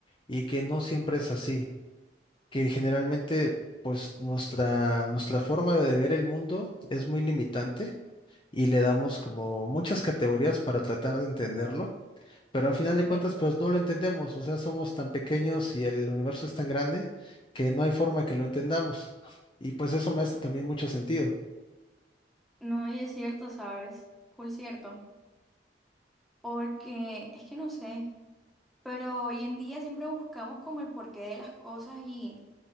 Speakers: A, on the left (about 30°); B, in the centre.
A: y que no siempre es así, que generalmente pues nuestra, nuestra forma de ver el mundo es muy limitante y le damos como muchas categorías para tratar de entenderlo pero al final de
B: Bien.
A: cuentas, pues no lo entendemos, o sea, somos tan pequeños y el universo es tan grande que no hay forma que lo entendamos. Y pues eso me hace también mucho sentido.
B: No, y es cierto, ¿sabes? Full cierto. Porque es que no sé, pero hoy en día siempre buscamos como el porqué de las cosas y...